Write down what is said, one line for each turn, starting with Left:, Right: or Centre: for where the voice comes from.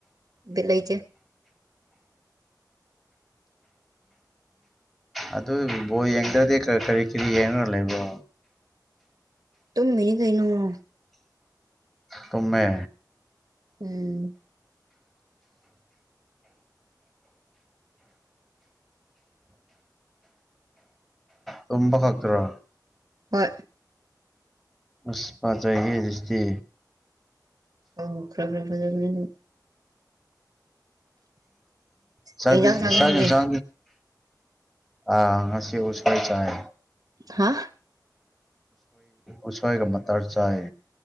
Right: ꯕꯂꯩꯖꯦ
Centre: ꯑꯗꯨ ꯕꯣ ꯌꯦꯡꯗ꯭ꯔꯗꯤ ꯀꯔꯤ ꯀꯔꯤ ꯌꯦꯡꯉꯔ ꯂꯩꯦꯕꯣ
Right: ꯇꯨꯝꯃꯤꯅꯤ ꯀꯩꯅꯩꯅꯣ
Centre: ꯇꯨꯝꯃꯦ
Right: ꯎꯝ
Centre: ꯇꯝꯕ ꯀꯥꯛꯇꯔꯣ
Right: ꯍꯣꯏ
Centre: ꯎꯁꯄꯥꯥ ꯆꯥꯏꯦ ꯁꯇꯗꯤ
Right: ꯑ ꯈ꯭ꯔ ꯈ꯭ꯔ ꯐꯖꯕ
Centre: ꯆ
Right: ꯀꯩ ꯏꯟꯖꯥꯡ ꯆꯥꯒꯦ
Centre: ꯁ
Right: ꯅꯪꯗꯤ
Centre: ꯁ ꯑ ꯉꯁꯤ ꯎꯁꯥꯏ ꯆꯥꯏ
Right: ꯍꯥ
Centre: ꯎꯁꯣꯏ ꯀ ꯃꯇꯔ ꯆꯥꯏ